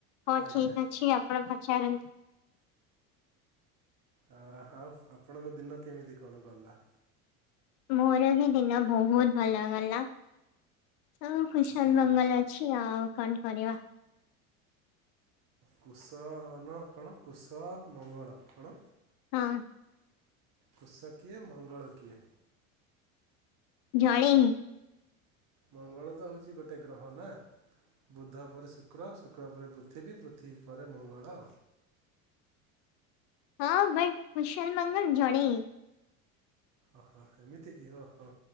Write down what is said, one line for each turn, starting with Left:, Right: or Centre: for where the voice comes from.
Left: ହଉ
Right: ଆଜ୍ଞା
Left: ଠିକ ଅଛି ଆପଣ ପଚାରନ୍
Right: ଆ ଆଉ ଆପଣଙ୍କ ଦିନ କେମିତି କଣ ଗଲା?
Left: ମୋର ବି ଦିନ ବହୁତ ଭଲ ଗଲା। ସବୁ କୁଶଲ
Right: ଆପଣ
Left: ମଙ୍ଗଲ ଅଛି ଆଉ କଣ କରିବା।
Right: କୁଶନ କଣ କୁଶ ମଙ୍ଗଳ କଣ?
Left: ହଁ।
Right: କୁଶ କିଏ ମଙ୍ଗଳ କିଏ?
Left: ଜଣେ ହିଁ।
Right: ମଙ୍ଗଳ ତ ହଉଛି ଗୋଟେ ଗ୍ରହ ନା ବୁଧ ପରେ ଶୁକ୍ର ଶୁକ୍ର ପରେ ପୃଥିବୀ ପୃଥିବୀ ପରେ ମଙ୍ଗଳ ଆଉ।
Left: ହଁ ବଟ୍ କୁଶଲ ମଙ୍ଗଲ ଜଣେ ହିଁ।
Right: ଅହ ଏମିତି କିି ଓହୋ।